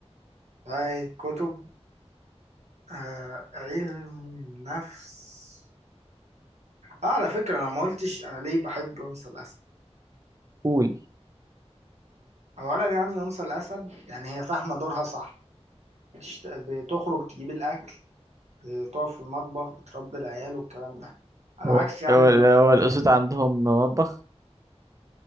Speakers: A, on the right (about 80°); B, on the right (about 30°).
A: طيب كتب آه، علم النفس آه على فكرة أنا ما قلتش أنا ليه بحب أنثى الأسد
B: قول
A: أولا يعني أنثى الأسد يعني هي فاهمة دورها صح بتشت- بتخرج تجيب الأكل آه، تقف في المطبخ بتربي العيال والكلام ده على
B: هو
A: عكس يعني
B: هو
A: ال-
B: هو
A: دي
B: الأسود
A: يعني
B: عندهم مطبخ؟